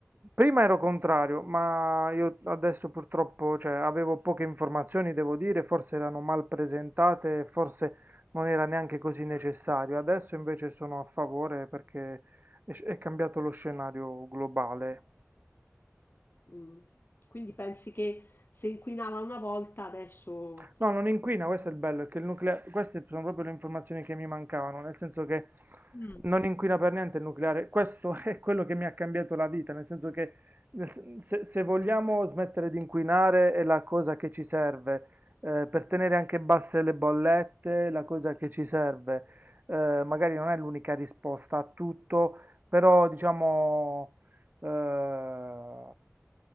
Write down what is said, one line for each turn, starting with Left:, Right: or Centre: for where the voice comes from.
Right: Prima ero contrario, ma io adesso purtroppo, cioè, avevo poche informazioni, devo dire, forse erano mal presentate, forse non era neanche così necessario. Adesso invece sono a favore perché è, sc- è cambiato lo scenario globale.
Left: mm, quindi pensi che se inquinava una volta adesso
Right: No, non inquina, questo è il bello, è che il nucleare, queste sono proprio le informazioni che mi mancavano, nel senso che
Left: Mm.
Right: non inquina per niente il nucleare, questo <laughs> è quello che mi ha cambiato la vita, nel senso che nel sen- se, se vogliamo smettere di inquinare è la cosa che ci serve, eh, per tenere anche basse le bollette, è la cosa che ci serve, Eh, magari non è l'unica risposta a tutto, però diciamo eh,